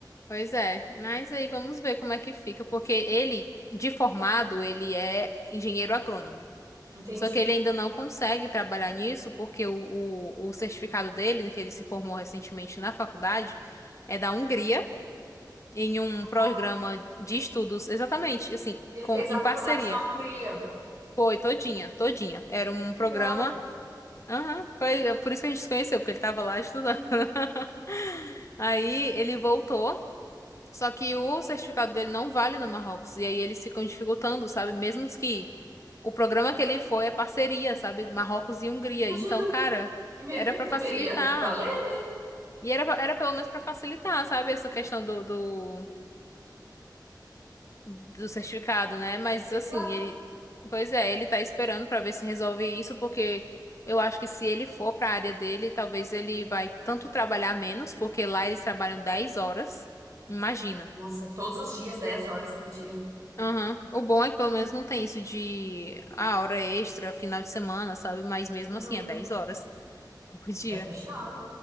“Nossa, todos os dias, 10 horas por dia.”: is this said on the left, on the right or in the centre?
Right